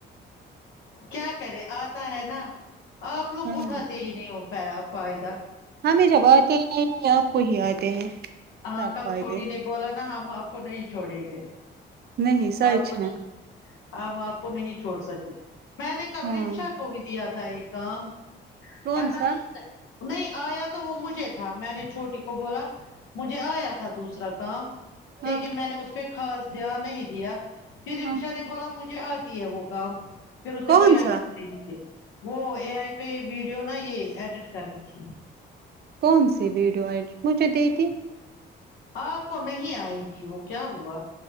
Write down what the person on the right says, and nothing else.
ہمم
ہمیں جب آتے ہی نہیں آپ کو ہی آتے ہیں
سب
فائدے
نہیں سچ
ہے
ہاں
کون
سا
ہاں
ہاں
کون
سا
کون سی ویڈیو ای مجھے دے دی